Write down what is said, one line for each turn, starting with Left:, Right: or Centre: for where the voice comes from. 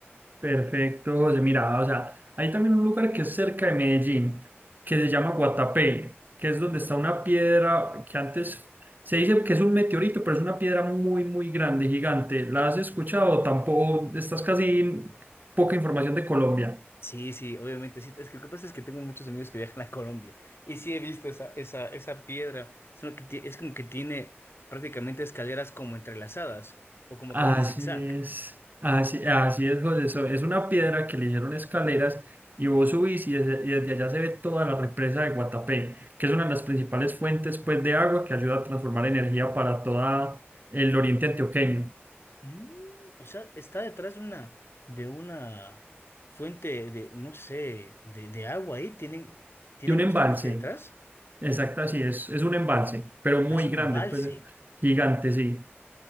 Right: Perfecto, José. Mira, o sea, hay también un lugar que es cerca de Medellín, que se llama Guatapé, que es donde está una piedra que antes se dice que es un meteorito, pero es una piedra muy, muy grande, gigante. ¿La has escuchado? Tampoco, estás casi poca información de Colombia.
Left: Sí, sí, obviamente sí. Es que lo que pasa es que tengo muchos amigos que viajan a Colombia y sí he visto esa, esa, esa piedra. Es, una que ti- es como que tiene prácticamente escaleras como entrelazadas o como
Right: Así
Left: que van en zigzag.
Right: es, así, así es, José. so- es una piedra que le hicieron escaleras y vos subís y desde, y desde allá se ve toda la represa de Guatapé, que es una de las principales fuentes pues, de agua que ayuda a transformar energía para todo el oriente antioqueño.
Left: Mm, o sea, está detrás de una, de una fuente de, no sé, de, de agua ahí, tienen, tienen
Right: Y un embalse,
Left: justamente detrás.
Right: exacto, así es, es un embalse, pero muy
Left: Ah, es un
Right: grande,
Left: embalse.
Right: pues eh, gigante, sí.